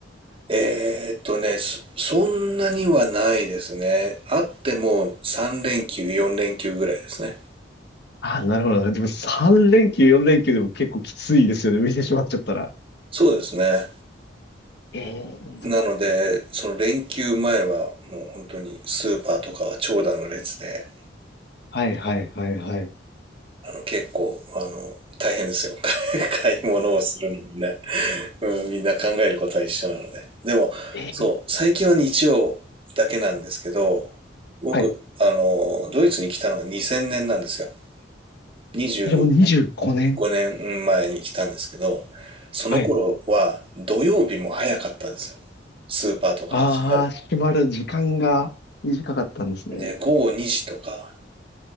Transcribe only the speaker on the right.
えっとね、そ、そんなにはないですね。あっても3連休、4連休ぐらいですね。
そうですね。
なので、その連休前はもう本当にスーパーとかは長蛇の列で、
あの、結構、あの、大変ですよ。<laughs> 買い物をするのもね。うん、みんな考えることは一緒なので。でも、
そう、最近は日曜だけなんですけど、僕、
あの、ドイツに来たのが2000年なんですよ。25年前に来たんですけど、
その頃は土曜日も早かったですよ。
スーパーとか閉まる
の。で、午後2時とか、